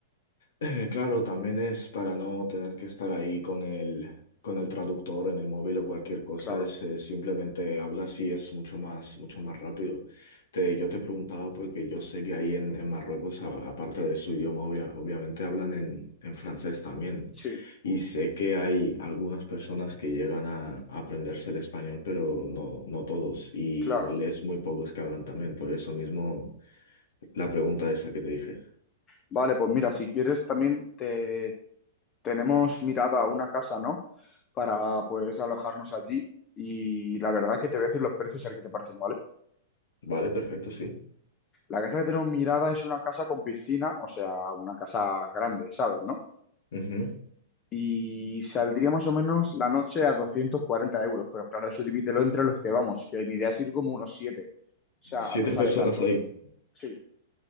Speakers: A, on the left; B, on the left.
A: Eh, claro, también es para no tener que estar ahí con el, con el traductor en el móvil o cualquier cosa,
B: Claro,
A: es, eh, simplemente hablas y es mucho más, mucho más rápido. Te, yo te preguntaba porque yo sé que ahí en, en Marruecos, a- aparte de su idioma, obvia- obviamente hablan en, en francés también.
B: sí,
A: Y sé que hay algunas personas que llegan a, a aprenderse el español, pero no, no todos. Y
B: claro.
A: inglés muy pocos que hablan también. Por eso mismo la pregunta esa que te dije.
B: Vale, pues mira, si quieres también te tenemos mirada a una casa, ¿no? Para pues alojarnos allí. Y la verdad que te voy a decir los precios, a ver qué te parecen, ¿vale?
A: Vale, perfecto, sí.
B: La casa que tenemos mirada es una casa con piscina, o sea, una casa grande, ¿sabes, no?
A: Ujú.
B: y saldría más o menos la noche a 240 euros, pero claro, eso divídelo entre los que vamos, que mi idea es ir como unos 7, o sea,
A: Siete
B: no sale
A: personas
B: tanto.
A: ahí.
B: Sí,